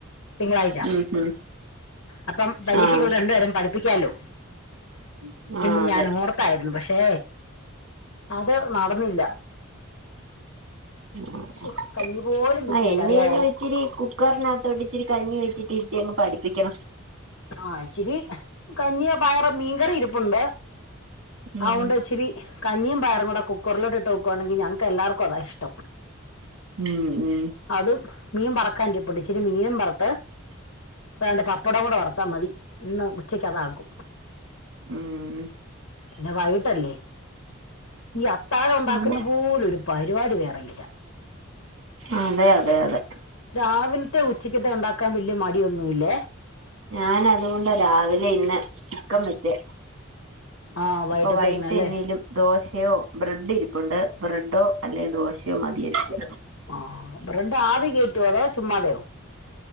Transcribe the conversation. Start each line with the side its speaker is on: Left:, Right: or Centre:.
Left: തിങ്കളാഴ്ച
Right: ഉം ഉം ഉം
Left: അപ്പം പരീക്ഷക്കുള്ള
Right: ആഹ്
Left: രണ്ടെരം <unintelligible>
Right: ആഹ്
Left: ഇന്ന്
Right: അതെ
Left: ഞാൻ ഓർത്തായിരുന്നു പക്ഷേ അത് നടന്നില്ല.
Right: ആ
Left: ശോ കഞ്ഞി പോലും വെച്ചില്ല
Right: ആ എണ്ണിയെല്ല്
Left: അറിയാവോ
Right: ഇച്ചിരി കുക്കറിനഅത്തോട്ട് ച്ചിരി കഞ്ഞി വെച്ചിട്ടി ത്യങ്ങ് പഠിപ്പിക്കണം
Left: ആ ഇച്ചിരി കഞ്ഞിയോ പയറോ മീൻക്കറി ഇരിപ്പുണ്ടോ?
Right: ഉം
Left: ആ ഉണ്ട് ച്ചിരി കഞ്ഞിയും പായറും കൂടെ കുക്കറിലോട്ടിട്ട് വെക്കുവാണങ്കി ഞങ്ങൾ ക്കെല്ലാർക്കും അതാ ഇഷ്ടം.
Right: ഉം ഉം
Left: അതും മീൻ പറക്കാനിരിപ്പുണ്ട് ഇച്ചിരി മീനും പറത്ത് വേണ്ട പപ്പടം കൂടെ വറ ത്താ മതി ഇന്ന് ഉച്ചക്ക് അതാക്കും.
Right: ഉം
Left: പിന്നെ വൈകീട്ടല്ലേ ഈ അത്താഴണ്ടാക്കുന്ന
Right: ഉം അതെ
Left: പോലൊരു പരിവാടി വേറെയില്ല.
Right: അതെ അതെ അതെ
Left: രാവില്ത്തെ ഉച്ചക്കത്തെ ഉണ്ടാക്കാൻ വല്യ മടിയൊന്നുല്ലേ
Right: ഞാനത്കൊണ്ട രാവിലെ ഇന്ന് ചിക്കൻ വെച്ചേ
Left: ആ വൈകിട്ടത്തേക്കിനല്ലേ
Right: ഇപ്പൊ വൈട്ടെന്നിലും ദോശെയോ ബ്രെഡ് രിപ്പുണ്ട് ബ്രെഡോ അല്ലേ ദോശയോ മതിയാരി <unintelligible>
Left: ആ ബ്രഡ് ആവികേറ്റ്യോ അതോ ചുമ്മാതെയോ?